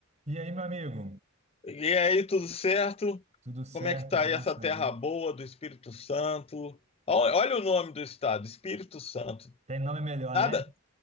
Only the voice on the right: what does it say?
E aí, meu amigo?
Tudo certo,
graças
a Deus.
Tem nome melhor,
né?